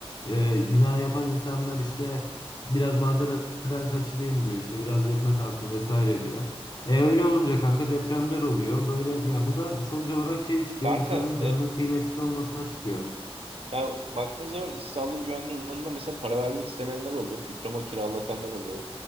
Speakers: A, on the left (about 40°); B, on the right (about 70°).
A: e, bina yapan insanlar işte biraz malzemeden kaçırayım diyor işte biraz cebime kalsın vesaire diyor. E öyle olunca kanka depremler oluyor. Böyle ya bu da sonuç olarak şeye çıkıyor.
B: Kanka
A: insanın canının
B: e,
A: kıymetsiz olmasına çıkıyor.
B: ya baktığın zaman iş sağlığı güvenliği uzmanına mesela para vermek istemeyenler oluyor. Diploma kiralatanlar oluyor.